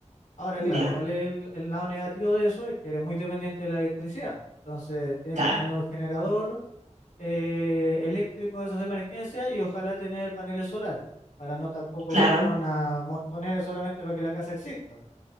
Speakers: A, on the left; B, on the right.
A: Ahora,
B: ya.
A: claro, ¿cuál es el, el lado negativo de eso? Es que eres muy dependiente de la electricidad. Entonces, tienes
B: Claro,
A: que tener un generador eh, eléctricos de esas emergencias y ojalá tener paneles solares para no tampoco
B: claro,
A: gastar una montonera solamente para que la casa exista.